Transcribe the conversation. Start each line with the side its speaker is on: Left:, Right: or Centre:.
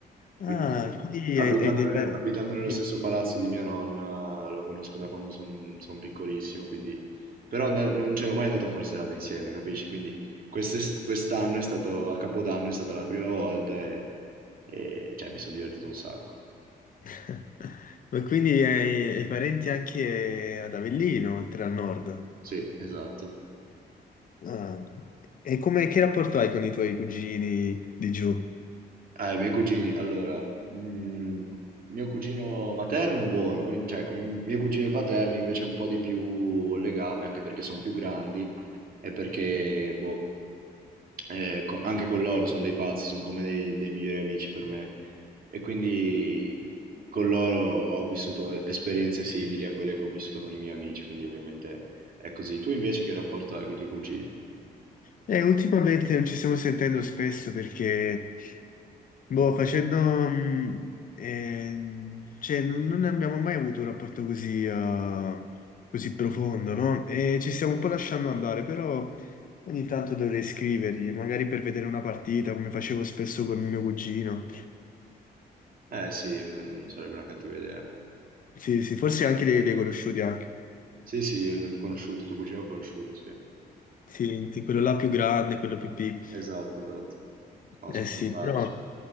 Left: Ah,
Right: Quindi
Left: quindi
Right: abitando,
Left: hai, hai dei...
Right: nel-
Left: pe-
Right: abitando nello
Left: Sì.
Right: stesso palazzo di mia nonna, lo conosco da quando sono piccolissimo, quindi... Però andare- non c'ero mai andato a far serata insieme, capisci? Quindi quest'est- quest'anno è stato, a Capodanno è stata la prima volta e, e, cioè, mi sono divertito un sacco.
Left: <laughs> Ma quindi hai, hai parenti anche ad Avellino, oltre al nord.
Right: Sì, esatto.
Left: Ah. E come, che rapporto hai con i tuoi cugini di giù?
Right: Ah, i miei cugini, allora, mm, mio cugino materno buono, con, i- cioè con i miei cugini paterni invece un po' di più legame, anche perché sono più grandi e perché, boh, Eh, co- anche con loro sono dei pazzi, sono come dei, dei migliori amici per me. E quindi con loro ho vissuto esperienze simili a quelle che ho vissuto con i miei amici, quindi ovviamente è così. Tu invece che rapporto hai con i tuoi cugini?
Left: Eh, ultimamente non ci stiamo sentendo spesso perché, boh, facendo... mm, ehm, cioè, non, non abbiamo mai avuto un rapporto così, eh, così profondo, no? E ci stiamo un po' lasciando andare, però ogni tanto dovrei scrivergli, magari per vedere una partita, come facevo spesso con mio cugino.
Right: Eh sì, eh, non sarebbe una cattiva idea.
Left: Sì, sì, forse anche li, li hai conosciuti anche.
Right: Sì, sì, ho conosciuto, tuo cugino ho conosciuto, sì.
Left: Sì, sì, quello là più grande, quello più piccolo.
Right: Esatto, esatto. No,
Left: Eh
Right: sono
Left: sì,
Right: simpatici.
Left: però